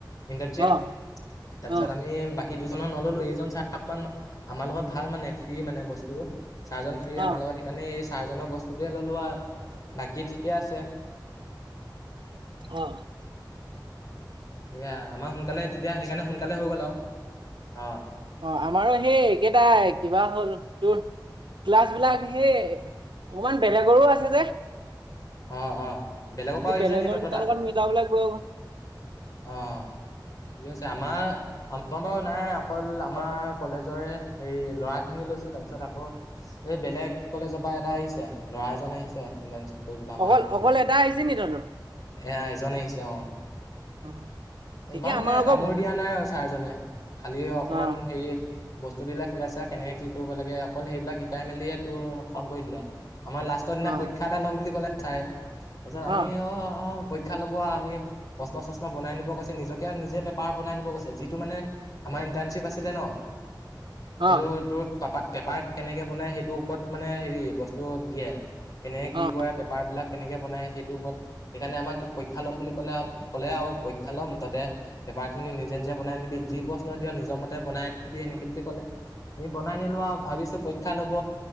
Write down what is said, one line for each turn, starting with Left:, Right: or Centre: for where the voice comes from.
Left: ইটাৰশ্বিপ
Right: অ
Left: তাৰপিছত
Right: অ
Left: আমি বাক কী দুজনৰ নল'লো, এইজন ছাৰ আমাৰ লগত ভাল মানে ফ্ৰী মানে বস্তুটো। ছাৰজন ফ্ৰী
Right: অ
Left: আমাৰ লগত সেইকাৰণে এই ছাৰজন বস্তুটোয়ে ললো আও, বাকী ঠিকে আছে।
Right: অহ'।
Left: সেয়া আমাৰ সোনকালে তেতিয়া সেইকাৰণে সোনকালে হৈ গ'ল আও। অ'!
Right: অ' আমাৰো সেই একেটাই কিবা হ'ল তোৰ ক্লাছবিলাক সেই অকমান বেলেগৰো আছে যে।
Left: আহ অহ, বেলেগৰ
Right: সেই
Left: পৰাও আহিছে নি তহঁতৰ
Right: কেইটাৰ
Left: তাত?
Right: লগত মিলাবলৈ গৈ
Left: অ' ঠিকে আছে। আমাৰ <unintelligible> নাই অকল আমাৰ কলেজৰে হেৰি ল'ৰা খিনি লৈছো তাৰপিছত আকৌ এই বেলেগ কলেজৰ পৰা এটা আহিছে ল'ৰা এজন আহিছে ই কৰিবলে আমাৰ
Right: অকল
Left: হেইটোত
Right: অকল এটা আহিছে নি তহঁতৰ
Left: এ-এজন আহিছে অ।
Right: অ ঠিকে
Left: ইমানে
Right: আমাৰ আকৌ
Left: কামোৰ দিয়া নাই আৰু ছাৰজনে খালি অকমান
Right: অ
Left: হেৰি বস্তু বিলাক শিকাইছে, কেনেকে কি কৰিব লাগে অকল সেইবিলাক শিকাই মেলিয়ে তোৰ খ কৰি দিলে আমাৰ লাষ্ট ষ্টৰ দিনা
Right: অ
Left: পৰীক্ষা এটা লম বুলি ক'লে ছাৰে, তাৰপিছত
Right: অ
Left: আমি অ' পৰীক্ষা লব আৰু আমি প্ৰশ্ন চশ্ন বনাই নিব কৈছে, নিজকে নিজে পেপাৰ বনাই নিব কৈছে। যিটো মানে আমাৰ ইটাৰশ্বিপ আছিলে ন।
Right: অ
Left: সেইটো
Right: অ
Left: তোৰ পাপা পেপাৰ কেনেকে বনাই সেইটোৰ ওপৰত মানে হেৰি বস্তু দিয়ে। কেনে কি
Right: অ
Left: কৰে পেপাৰবিলাক কেনেকে বনায় সেইটোৰ ওপৰত সেইকাৰণে আমাক পৰীক্ষা ল'ম বুলি ক'লে ক'লে আৰু পৰীক্ষা ল'ম তাতে পেপাৰ খিনি নিজে নিজে বনাই লবি যি প্ৰশ্ন দিয় নিজৰ মতে বনাই নিবি সেনেকে বুলি কলে। আমি বনাই নিলো আও, ভাবিছো পৰীক্ষা লব